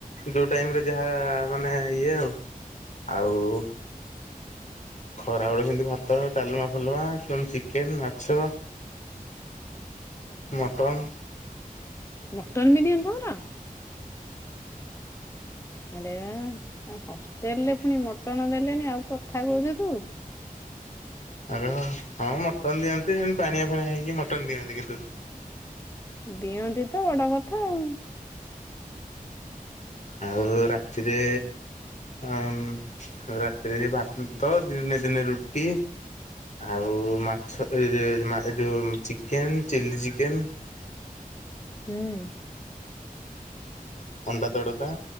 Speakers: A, on the left; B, on the left.
A: ଯଉ ଟାଇମରେ ଯାହା ମାନେ ଇଏ ଆଉ ଆଉ ଖରାବେଡେ ସେମିତି ଭାତ ଡାଲମା ଫାଲୁମା ଚିକେନ ମାଛ ମଟନ୍
B: ଡକ୍ଟର ବି ନିିଅନ୍ତ ନା?
A: <inaudible>
B: ଆରେ ହଷ୍ଟେଲରେ ପୁଣି ମଟନ ଦେଲେଣି ଆଉ କଥା କହୁଛୁ ତୁ।
A: ଆଗ ହଁ ମଟନ ଦିଅନ୍ତି ସେତି ପାଣିଆ ଫାଣିଆ ହେଇକି ମଟନ ଦିଅନ୍ତି କିନ୍ତୁ।
B: ଦିଅନ୍ତି ତ ବଡ କଥା ଆଉ।
A: ଆଉ ରାତିରେ ଆ ରାତିରେ ଭାତ ଦିନେ ଦିନେ ରୁଟି ଆଉ ମାଛ ଯେଉଁ ଚିକେନ୍ ଚିଲ୍ଲି ଚିକେନ୍
B: ହୁଁ।
A: ଅଣ୍ଡା ତଡକା